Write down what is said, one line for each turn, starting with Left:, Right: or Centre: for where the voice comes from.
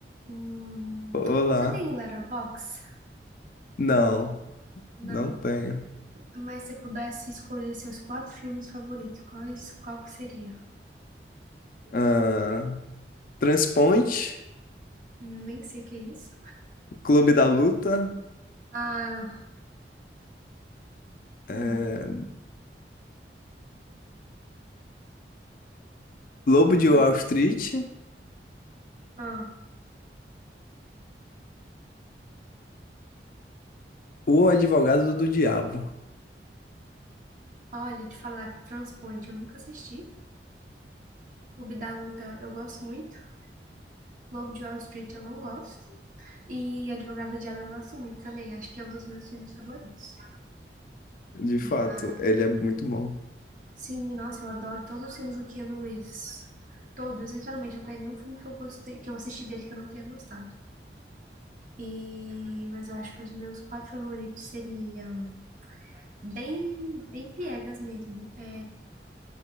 Right: Hum,
Left: Olá.
Right: você tem Letterboxd?
Left: Não,
Right: Não.
Left: não tenho.
Right: Mas se pudesse escolher seus quatro filmes favoritos, quais, qual que seria?
Left: Ah, Transponte,
Right: Hum, Nem sei o que é isso.
Left: Clube da Luta,
Right: Ah,
Left: eh,
Right: hum, o
Left: Lobo
Right: que
Left: de
Right: mais?
Left: Wall Street,
Right: Ah,
Left: O Advogado do Diabo.
Right: olha, te falar que Transpoint eu nunca assisti. Clube da Luta eu gosto muito. Lobo de Wall Street eu não gosto. E Advogado do Diabo eu gosto muito também. Acho que é um dos meus filmes favoritos.
Left: De fato,
Right: Mas
Left: ele é muito bom.
Right: Sim, nossa, eu adoro todos os filmes do Keanu Reeves. Todos, literalmente, não tem nenhum filme que eu gostei, que eu assisti dele que eu não tenha gostado. E, mas eu acho que os meus quatro favoritos seriam bem, bem piegas mesmo. É,